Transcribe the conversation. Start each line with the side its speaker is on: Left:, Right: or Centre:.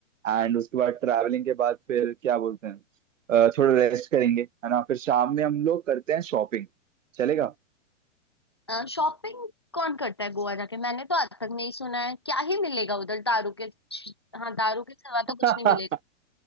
Right: एंड उसके बाद ट्रैवलिंग के बाद फिर क्या बोलते हैं अ, थोड़ा रेस्ट करेंगे है ना फिर शाम में हम लोग करते हैं शॉपिंग चलेगा
Left: शॉपिंग कौन करता है गोवा जाके मैंने तो आज तक नहीं सुना है क्या ही मिलेगा उधर दारू के हाँ दारू के सिवा तो कुछ
Right: मतलब
Left: नहीं मिलेगा